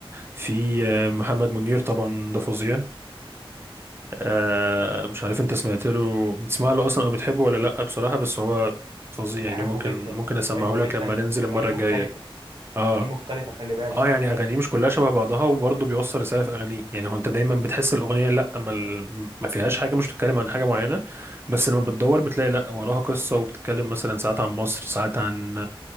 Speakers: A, on the right (about 25°); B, on the right (about 60°).
A: في آه، محمد منير طبعا ده فظيع آه، مش عارف انت سمعت له بتسمع له أصلا أو بتحبه ولا لأ بصراحة بس هو فظيع
B: بحبه
A: يعني ممكن
B: جدا
A: ممكن أسمعه
B: بحبه
A: لك
B: جدا
A: لما ننزل
B: واغانيه
A: المرة
B: مختلفه
A: الجاية اه
B: اغانيه مختلفه خلي بالك
A: اه يعني اغانيه مش كلها شبه بعضها وبرضه بيوصل رساله في اغانيه يعني هو انت دايما بتحس الاغنيه لا ما, ال- ما فيهاش حاجه مش بتتكلم عن حاجه معينه بس لما بتدور بتلاقي لا وراها قصه وبتتكلم مثلا ساعات عن مصر ساعات عن